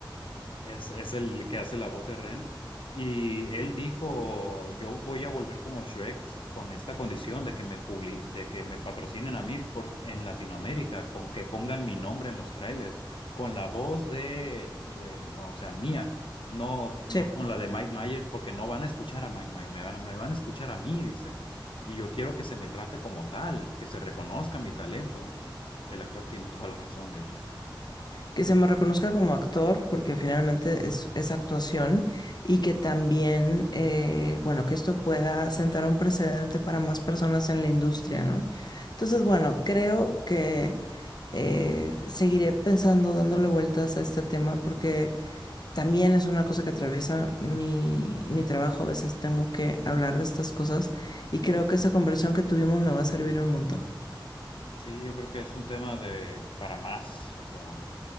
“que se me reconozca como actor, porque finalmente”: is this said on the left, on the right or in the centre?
Left